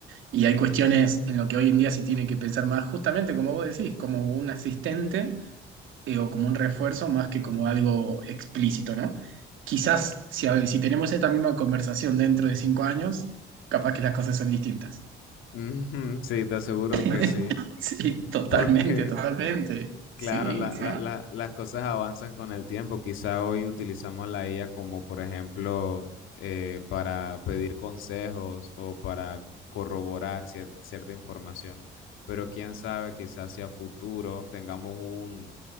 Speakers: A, on the right; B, on the left.
A: Y hay cuestiones en lo que hoy en día se tiene que pensar más, justamente como vos decís, como un asistente eh, o como un refuerzo más que como algo explícito, ¿no? Quizás si, a si tenemos esta misma conversación dentro de cinco años, capaz que las cosas son distintas.
B: Ujú, sí, te aseguro
A: <laughs>
B: que sí.
A: Sí, totalmente,
B: Porque
A: totalmente.
B: Claro,
A: Sí,
B: la-
A: sí,
B: la- la- las cosas avanzan con el tiempo. Quizá hoy utilizamos la IA como, por ejemplo, eh, para pedir consejos o para corroborar cier- cierta información. Pero quién sabe, quizá hacia futuro tengamos un